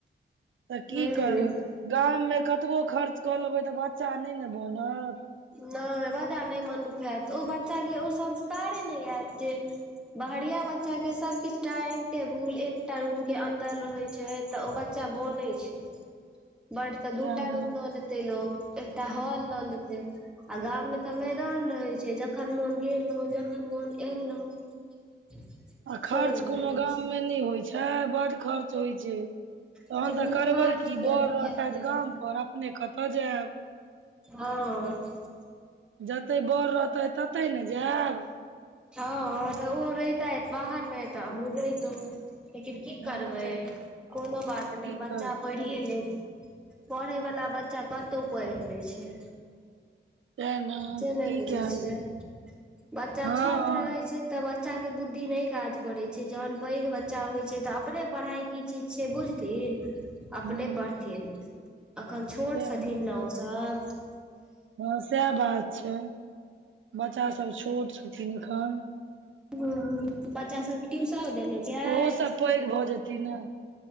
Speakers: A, on the right (about 80°); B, in the centre.
A: तऽ की
B: हूँ
A: करबै, गाम मे कतबो खर्च कऽ लेबै तऽ बच्चा नै ने बनत।
B: नै बच्चा नै मनुख हेऽत ओ बच्चाके ओ संस्कारे नै आयत जे बहरिया बच्चा के सब किछ टाइम टेबुल एकटा रूम के अंदर रहे छै तऽ ओ बच्चा बनै छै। बड़ तऽ
A: तें
B: दूटा
A: ने
B: रूम ल लेतै लोक एकटा हॉल लऽ लेतै। आ गाम में तऽ मैदान रहेै छै जखन मोन गेलौ जखन मोन एलौं। <inaudible>
A: आ खर्च कोनो
B: रहल
A: गाम
B: छै
A: में न होय छै बड़ खर्च होय छै,
B: ह
A: तखन तऽ करबेै
B: खर्च
A: की
B: किया
A: बड़
B: नहि
A: रहतेैथ
B: हेतै
A: गाम पर अ पने कतऽ जायब।
B: हां।
A: जतेै बर रहतैथ ततै ने जायब।
B: हां ओ रहतैथ बाहर मे तऽ अहुं जैतौं। लेकिन की
A: हमहुँ
B: करबै
A: जैत
B: कोनो बात
A: की
B: नै, बच्चा
A: कर
B: पढ़िये लेत। पढ़ै वला बच्चा कतौ पैढ़ लै छै।
A: तें ने।
B: से नै
A: की
B: बुझै
A: कयल
B: छियै,
A: जेतै
B: बच्चा
A: हँ
B: छोट
A: हँ
B: रहै छै तऽ बच्चाके बुद्धि नै काज करै छै जखन पैघ बच्चा होय छै तऽ अपने पढ़ाइ की चीज छै बुझ थिन अपने
A: हूँ
B: पढ़थिन, अखन छोट
A: तें
B: छथिन न ओ सब।
A: हँ सेएह बात छै, बच्चा सब छोट छथिन एखन
B: हुं बच्चा सबके ट्यूशन देने छियै
A: ओहो सब पैघ भऽ जेथिन ने